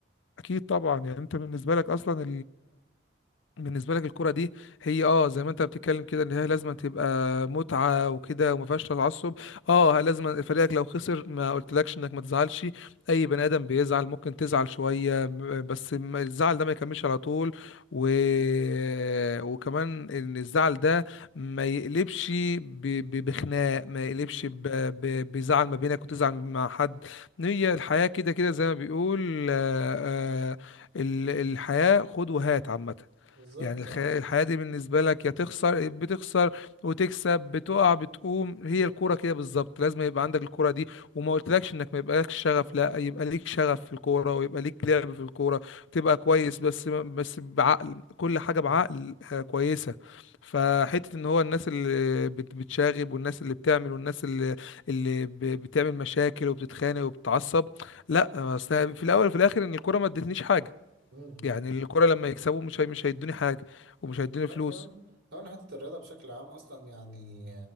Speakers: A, on the left; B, on the right.
A: اكيد طبعا يعني انت بالنسبه لك اصلا بالنسبه لك الكرة دي هي اه زي ما انت بتتكلم كده ان هي لازم تبقى متعة وكده وما فيهاش تعصب اه لازم فريقك لو خسر ما قلتلكش انك ما تزعلش اي بني ادم بيزعل ممكن تزعل شوية ب- بس ما- الزعل ده ما يكملش على طول و... <laughs> وكمان ان الزعل ده ما يقلبش ب... ب... بخناق ما يقلبش
B: مم.
A: ب... ب... بزعل ما بينك وتزعل مع حد هي الحياة كده كده زي ما بيقول آه، آه، ال- الحياة خد وهات عامة
B: بالظبط
A: يعني الخ-
B: اه
A: الحياة دي بالنسبة لك يا تخسر بتخسر وتكسب بتقع بتقوم هي الكورة كده بالظبط لازم يبقى عندك الكورة دي وما قلتلكش انك ما يبقالكش شغف لا يبقى ليك شغف في الكورة ويبقى ليك لعب في الكورة تبقى كويس بس بس بعقل كل حاجة
B: مم.
A: بعقل آه، كويسة فحتة ان هو الناس اللي بت- بتشاغب والناس اللي بتعمل والناس اللي اللي ب- بتعمل مشاكل وبتتخانق وبتتعصب لا أصل في الاول وفي الاخر ان الكورة ما ادتنيش حاجة
B: مم.
A: يعني الكرة لما يكسبوا مش هي- مش هيدوني حاجة ومش هيدوني
B: لا
A: فلوس
B: كمان كمان حتة الرياضة بشكل عام أصلا يعني